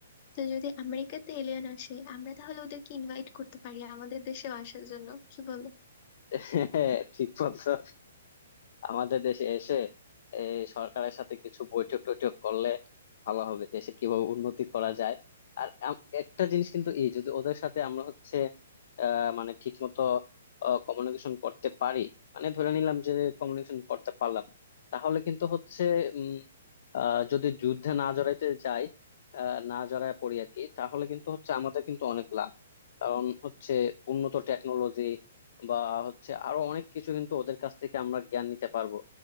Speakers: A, on the left; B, on the left.
A: তো যদি আমেরিকাতে এলিয়েন আসে আমরা তাহলে ওদেরকে ইনভাইট করতে পারি আমাদের দেশেও আসার জন্য কি বলো
B: <laughs> হ্যাঁ, ঠিক বলছো আমাদের দেশে এসে এই সরকারের সাথে কিছু বৈঠক টৈঠক করলে ভালো হবে দেশে কিভাবে উন্নতি করা যায় আর আম- একটা জিনিস কিন্তু এই যদি ওদের সাথে আমরা হচ্ছে আহ, মানে ঠিক মতো কমিউনিকেশন করতে পারি মানে ধরে নিলাম যে কমিউনিকেশন করতে পারলাম তাহলে কিন্তু হচ্ছে উম আহ, যদি যুদ্ধে না জড়াইতে যাই আহ, না জড়ায় পড়ি আর কি তাহলে কিন্তু হচ্ছে আমাদের কিন্তু অনেক লাভ কারণ হচ্ছে উন্নত টেকনোলজি বা হচ্ছে আরো অনেক কিছু কিন্তু ওদের কাছ থেকে আমরা জ্ঞান নিতে পারবো